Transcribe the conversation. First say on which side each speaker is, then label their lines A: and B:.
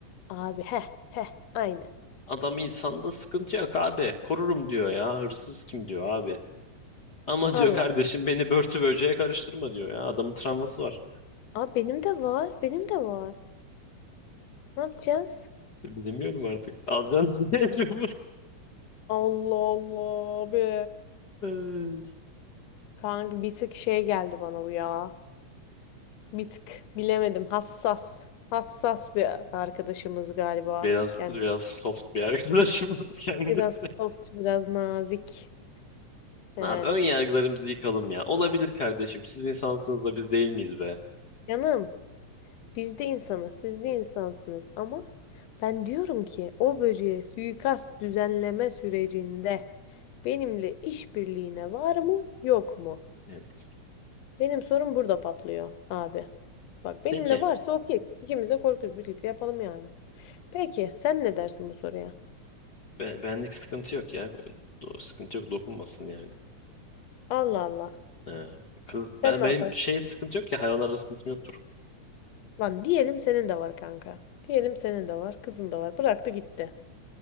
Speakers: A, on the left (about 65°); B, on the left (about 45°).
A: Abi heh heh aynen.
B: Adam insanda sıkıntı yok abi. Korurum diyor ya. Hırsız kim diyor abi. Ama
A: Allah
B: diyor kardeşim
A: Allah.
B: beni börtü böceğe karıştırma diyor ya. Adamın travması var.
A: Abi benim de var. Benim de var. Ne yapacağız?
B: Bilmiyorum artık. Alacağım <laughs> mecbur.
A: Allah Allah abi.
B: Ay.
A: Kanka bir tık şey geldi bana bu ya. Bir tık bilemedim. Hassas. Hassas bir arkadaşımız galiba.
B: Biraz
A: Kendisi
B: biraz soft bir arkadaşımız <laughs> kendisi.
A: biraz soft, biraz nazik. Yani
B: Abi ön yargılarımızı yıkalım ya. Olabilir kardeşim. Siz insansınız da biz değil miyiz be?
A: canım biz de insanız, siz de insansınız ama ben diyorum ki o böceğe suikast düzenleme sürecinde benimle işbirliğine var mı, yok mu?
B: Evet.
A: Benim sorum burada patlıyor abi. Bak benimle
B: Peki.
A: varsa okey. İkimiz de korkuyuz birlikte yapalım yani. Peki sen ne dersin bu soruya?
B: Be- benlik sıkıntı yok ya. Do- sıkıntı yok. Dokunmasın yani.
A: Allah Allah.
B: He. Kız
A: Sen
B: ben
A: ne
B: benim
A: yaparsın?
B: şey sıkıntı yok ya hayvanlarla sıkıntım yoktur.
A: Lan diyelim senin de var kanka. Diyelim senin de var, kızın da var. Bıraktı gitti.